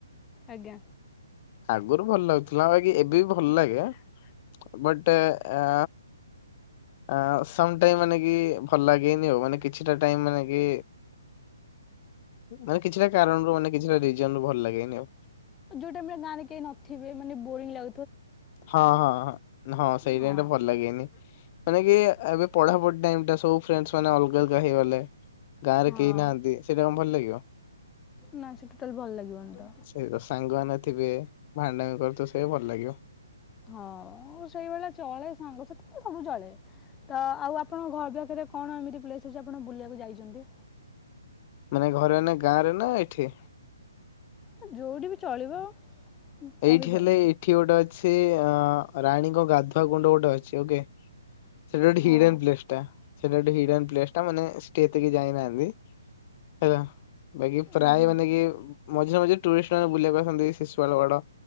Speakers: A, on the left; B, on the left.
A: ଆଜ୍ଞା।
B: ଆଗରୁ ଭଲ ଲାଗୁଥିଲା ବାକି ଏବେ ବି ଭଲ ଲାଗେ, ବଟ୍ ଏଆ ଆ, ସମ ଟାଇମ୍ ମାନେ କି ଭଲ ଲାଗେନି ଆଉ, ମାନେ କିଛିଟା ଟାଇମ୍ ମାନେ କି ମାନେ କିଛିଟା କାରଣରୁ ମାନେ କିଛି ଟା ରିଜନ୍ ରୁ ଭଲ ଲାଗେନି ଆଉ।
A: ଯୋଉ ଟାଇମ୍ ରେ ଗାଁରେ କେହି ନଥିବେ ମାନେ ବୋରିଂ ଲା
B: ହଁ, ହଁ, ହଁ, ନ-ହଁ ସେଇ
A: ହଁ
B: ପାଇଁ ତ ଭଲ ଲାଗେନି ମାନେ କି ଏବେ ପଢାପଢି ଟାଇମ୍ ଟା ସବୁ ଫ୍ରେଣ୍ଡସ୍ ମାନେ ଅଲଗା ଅଲଗା ହେଇଗଲେ। ଗାଁରେ
A: ହଁ
B: କେହି ନାହାଁନ୍ତି ସେଇଟା କଣ ଭଲ ଲାଗେ।
A: ନା ସେ ଟୋଟାଲ ଭଲ ଲାଗିବନି
B: କିଅ
A: ତ
B: ସେଇ ତ ସାଙ୍ଗମାନେ ଥିବେ। ଭାଣ୍ଡାମି କରୁଥୁବୁ ସେ ଭଲ ଲାଗିବ।
A: ହଁ ସେଇଭଳିଆ ଚଳେ ସାଙ୍ଗ ସାଥୀ ତ ସବୁ ଚଳେ ତ ଆଉ ଆପ ଆପଣଙ୍କ ଘର ପାଖରେ କଣ ଏମିତି ପ୍ଲେସ୍ ଅଛି ଆପଣ ବୁଲିବାକୁ ଯାଇଚନ୍ତି।
B: ମାନେ ଘରେ ନା ଗାଁରେ ନା ଏଠି।
A: ହଁ ଯୋଉଠି ବି ଚଳିବ। କହିପାରନ୍ତି
B: ଏଇଠି ହେଲେ ଏଠି ଗୋଟେ ଅଛି ଠୀ ଆଁ ରାଣୀଙ୍କ ଗାଧୁଆ କୁଣ୍ଡ ଗୋଟେ ଅଛି ଓକେ। ସେଟା ଗୋଟେ
A: ହଁ
B: ହିଡେନ୍ ପ୍ଲେସ ତ ସେଟା ଗୋଟେ ହିଡେନ ପ୍ଲେସ ଟା ମାନେ। ଷ୍ଟି ଏତିକି ଯାଇନାହାନ୍ତି ହେଲା ବାକି ପ୍ରାୟ
A: ଓହୋ
B: ମାନେ କିଏ ମଝେରେ ମଝି ଟୁରିଷ୍ଟ ମାନେ ବୁଲିବାକୁ ଆସ ଶିଶୁଳ ବାଡ଼